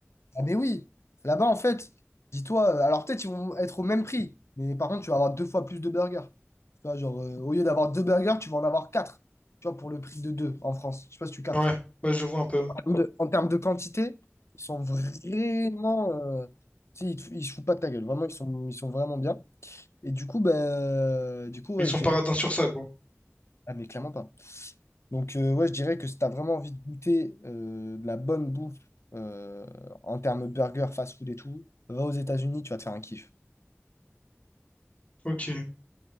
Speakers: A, on the left; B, on the left.
A: ah, mais oui, là-bas, en fait, dis-toi, euh, alors peut-être ils vont être au même prix, mais par contre, tu vas avoir deux fois plus de burgers. Tu vois, genre, euh, au lieu d'avoir deux burgers, tu vas en avoir quatre, tu vois, pour le prix de deux en France. Je sais pas si tu captes.
B: Ouais, ouais, je vois un peu. ouais.
A: de- en termes de quantité, ils sont vraiment. euh, tu sais, ils, te- ils se foutent pas de ta gueule. Vraiment, ils sont, ils sont vraiment bien. Et du coup, ben, euh, du coup ouais,
B: Ils sont
A: je dirais.
B: pas radins sur ça, quoi.
A: Ah, mais clairement pas. Donc, euh, ouais, je dirais que si tu as vraiment envie de goûter euh, de la bonne bouffe euh, en termes burger, fast-food et tout, va aux États-Unis, tu vas te faire un kiff.
B: Ok,